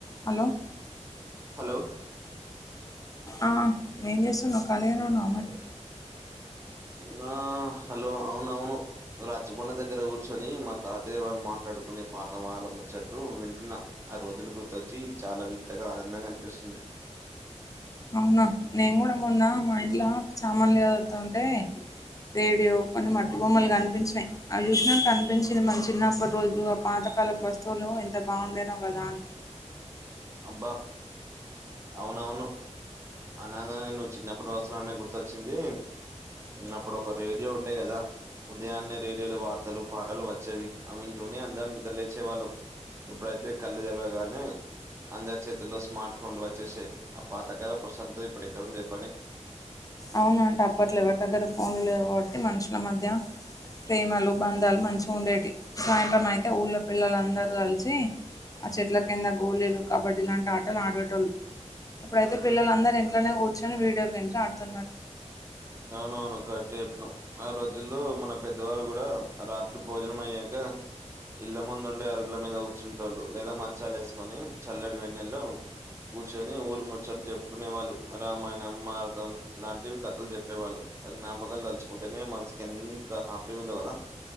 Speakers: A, on the left; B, on the right.
A: Hello
B: hello
A: ఆ ఏం చేస్తునవ్ ఖాళీగనే ఉన్నావ మరి
B: నా హలో అవునవును రచ్చబండ దగ్గర కూర్చొని మా తాతయ్య వాళ్ళు మాట్లాడుకునే పాతం వాళం ముచ్చట్లు వింటున్నాం ఆ రోజులు గుర్తొచ్చి చాల వింతగ ఆనందంగా అనిపిస్తుంది
A: అవున నేను కూడ మొన్నా మా ఇంట్ల చామన్లు చదురుతుంటే రేడియో కొన్ని మట్టి బొమ్మలు కనిపించినయి అవి చూసినంక అనిపించింది మన చిన్నప్పటి రోజులు ఆ పాత కాల వస్తువులు ఎంత బాగుండేనో కదా అని
B: అబ్బ అవునవును అనగానే నువ్వు చిన్నప్పుడు వస్తువు అనే గుర్తొచ్చింది అప్పుడు ఒక రేడియో ఉండే కద ఉదయాన్నే రేడియోలు వార్తలు పాటలు వచ్చేవి అవి వింటూనే అందరం నిద్రలేచేవాళ్ళం ఇప్పుడైతే కళ్ళు తెరవగానే అందరి చేతుల్లో స్మార్ట్ ఫోన్లు వచ్చేసాయ్ ఆ పాతకాలం ప్రశాంత ఇప్పుడెక్కడుంది చెప్పండి
A: అవునవును అప్పట్లో ఎవరి దగ్గర ఫోన్లు లేవు కాబట్టి మనుషుల మధ్య ప్రేమలు, బంధాలు మంచిగుండేటియ్ సాయంత్రం అయితే ఊళ్ల పిల్లలందరు కలిసి ఆ చెట్ల కింద గోళీలు కబడ్డీ లాంటి ఆటలు ఆడేటోళ్ళు ఇప్పుడైతె పిల్లల అందరు ఇంట్లనే కూర్చొని వీడియో గేమ్స్ ఆడుతున్నరు
B: అవునవును కరెక్టే చెప్పినవ్ ఆ రోజుల్లో మన పెద్దవాళ్ళు కూడ రాత్రి భోజనం అయ్యాక అ ఇళ్ల ముందు ఉండే అరుగుల మీద కూర్చునింటోళ్ళు లేదా మంచాలు వేసుకొని చల్లడి వెన్నెల్లో కూర్చొని ఊరి ముచ్చట్లు చెప్పుకునే వాళ్ళు రామాయణం మారతం లాంటివి కథలు చెప్ ప్పే వాళ్ళు ఆ జ్ఞాపకాలు తలుచుకుంటేనె మనసుకి ఎంత హ్యాపీగ ఉందో కద